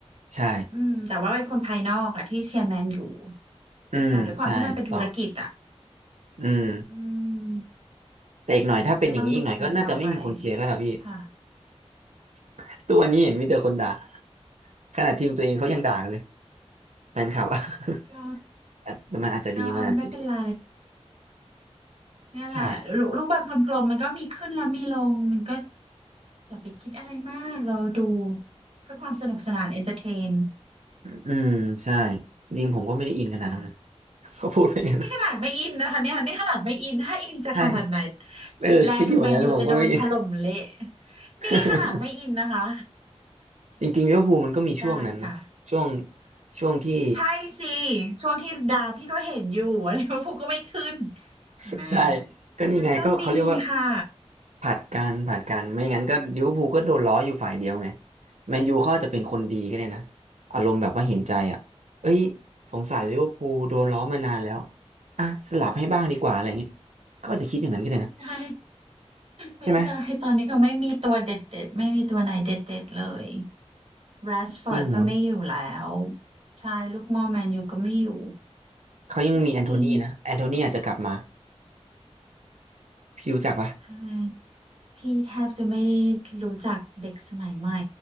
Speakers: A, on the right (about 90°); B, on the right (about 60°).
A: ใช่
B: อืมแต่ว่าเป็นคนภายนอกอะที่เชียร์แมนอยู่
A: อืมใช่ต่อ
B: แต่ด้วยความที่มันเป็นธุรกิจอะ
A: อืม
B: อืม
A: แต่อีกหน่อยถ้าเป็นอย่างนี้อีกหน่อยก็น่าจะไม่มีคนเชียร์แล้วล่ะพี่
B: มันก็ต้องดูกันต่อไปค่ะ
A: <laughs> ตัวนนี้เห็นมีแต่คนด่าขนาดทีมตัวเองเขายังด่ากันเลยแฟนคลับอะ
B: ก็
A: <laughs> แต่มันอาจจะดีมันอาจจะดี
B: ก็ไม่เป็นไรเนี่ยแหละลูลูกบอลกลมๆมันก็มีขึ้นแล้วมีลงมันก็
A: ใช่
B: อย่าไปคิดอะไรมากเราดูเพื่อความสนุกสนานเอนเตอร์เทน
A: อืมใช่จริงผมก็ไม่ได้อินขนาดนั้นนะ
B: ค่ะ
A: <laughs> ก็พูดไปอย่างนั้นนะ
B: นี่ขนาดไม่อินนะคะเนี่ยนี่ขนาดไม่อินถ้าอินจะขนาดไหน
A: ใช่เออคิดอยู่เหมือนกันผมก็ไม่อิน
B: แลดูแมนยูจะโดนถล่มเละ
A: <laughs>
B: นี่ขนาดไม่อินนะคะ
A: จริงๆลิเวอร์พูลมันก็มีช่วงนั้นนะช่วง
B: ได้ค่ะ
A: ช่วงที่
B: ใช่สิช่วงที่ดาวพี่ก็เห็นอยู่ <laughs> ว่าลิเวอร์พูลก็ไม่ขึ้น
A: <laughs>
B: เห็นไหม
A: ใช่ก็นี่ไงก็เขาเรียกว่า
B: มันก็มีค่ะ
A: ผลัดกันผลัดกันไม่งั้นก็ลิเวอร์พูลก็โดนล้ออยู่ฝ่ายเดียวไงแมนยูเขาอาจจะเป็นคนดีก็ได้นะอารมณ์แบบว่าเห็นใจอ่ะเอ้ยสงสารลิเวอร์พูลโดนล้อมานานแล้วอ่ะสลับให้บ้างดีกว่าอะไรเงี้ยก็อาจจะคิดอย่างนั้นก็ได้นะ
B: ใช่ไม่ใช่ตอนนี้ก็ไม่มีตัวเด็ดๆไม่มีตัวไหนเด็ดๆเลย
A: ใช่ไหม
B: r ร s ฟอร์ดก็ไม่อยู่แล้ว
A: จริงเหรอ
B: ใช่ลูกหม่อแมนยูก็ไม่อยู่
A: เขายังมีแอนโทนีนะแอนโทนีอาจจะกลับมา
B: ไม่มี
A: พี่รู้จักปะ
B: ใช่พี่แทบจะไม่ได้รู้จักเด็กสมัยใหม่